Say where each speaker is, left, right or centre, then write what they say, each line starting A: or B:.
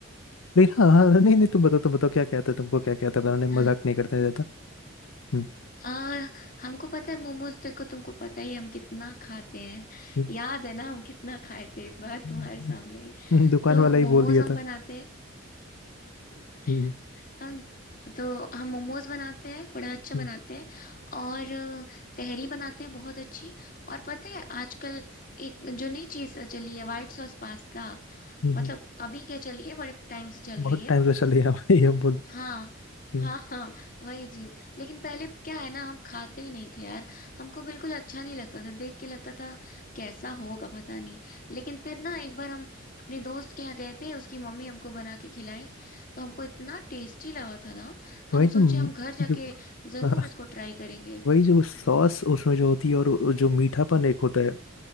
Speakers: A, on the left; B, on the left.
A: लेकिन हाँ हाँ नहीं नहीं तुम बताओ तुम
B: <laughs>
A: बताओ क्या क्या आता है तुमको क्या क्या आता है बनाने
B: हाँ
A: में? मजाक नहीं करते हैं ज्यादा हम्म,
B: आ, हमको पता है मोमोज देखो तुमको पता ही है हम कितना खाते हैं
A: हम्म,
B: याद है ना हम कितना खाए थे एक बार
A: <laughs> हम्म,
B: तुम्हारे सामने ही
A: दुकान
B: तो
A: वाला ही
B: मोमोज
A: बोल दिया
B: हम
A: था
B: बनाते हैं <laughs>
A: हम्म,
B: हम तो हम मोमोज बनाते हैं बड़ा अच्छा
A: हम्म,
B: बनाते हैं और अ, तहरी बनाते हैं बहुत अच्छी और पता है आजकल एक जो नई चीज़ चली है वाइट सॉस पास्ता
A: हम्म,
B: मतलब
A: हम्म।
B: अभी क्या चली है बड़े टाइम से चल
A: बहुत
B: रही है
A: टाइम से चले यहाँ पे ये बोल
B: हाँ
A: हम्म,
B: हाँ हाँ वही चीज लेकिन पहले क्या है ना हम खाते ही नहीं थे यार हमको बिल्कुल अच्छा नहीं लगता था देख के लगता था कैसा होगा पता नहीं लेकिन फिर ना एक बार हम अपने दोस्त के यहाँ गए थे उसकी मम्मी हमको बना के खिलाई तो हमको इतना टेस्टी लगा था ना हम
A: वही ना
B: सोचे
A: म,
B: हम घर जाके
A: जो
B: जरूर
A: <laughs>
B: इसको ट्राई करेंगे
A: वही जो सॉस उसमें जो होती है और वो जो मीठापन एक होता है